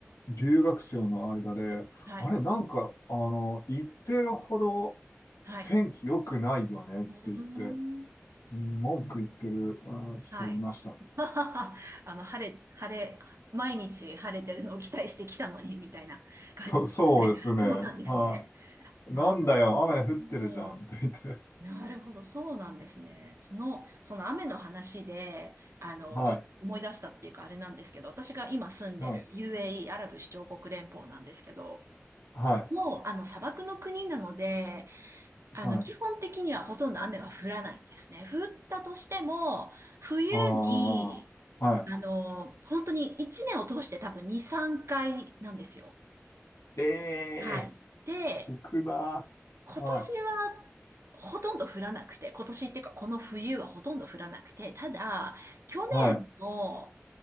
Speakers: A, on the left (about 80°); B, on the right (about 65°).
A: 留学生の間で、
B: はい。
A: あれ、なんか、あの、言ってるほど
B: はい。
A: 天気良くないよねって言って、
B: <laughs> うーん。
A: 文句言ってるあ人いました。
B: はい。<laughs> あの、晴れ、晴れ、毎日晴れてるのを期待してきたのに、みたいな感じでしたね。
A: そ、そうですね。
B: <laughs> そうなんですね。
A: は
B: <laughs>
A: い。
B: なる
A: なんだよ、雨降ってるじゃんって言って。
B: ほど。なるほど。そうなんですね。その、その雨の話で、あの、
A: はい。
B: ちょっと思い出したっていうか、あれなんですけど、私が今住んでる
A: はい。
B: UAE、アラブ首長国連邦なんですけど、
A: はい。
B: もう、あの、砂漠の国なので、あの、
A: はい。
B: 基本的にはほとんど雨は降らないんですね。降ったとしても、冬に、
A: ああ。は
B: あの、本当に1年を通して多分2、3回なんですよ。
A: い。ええー、
B: はい。で、
A: 少な。
B: 今年はほとんど降らなくて、
A: はい。
B: 今年っていうかこの冬はほとんど降らなくて、ただ、去年の、
A: はい。